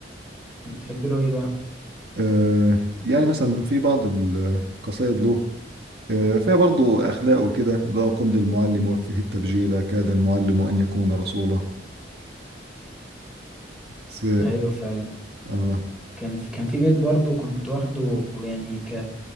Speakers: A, in the centre; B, on the right.
A: بتحب له إيه بقى؟
B: آه، يعني مثلا في بعض القصايد له آه، فيها برضو أخلاق وكده لا قم للمعلم وفه التبجيل كاد المعلم أن يكون رسولا س...
A: أيوه فعلا
B: آه
A: كان في كان في بيت برضه كنت واخده يعني ك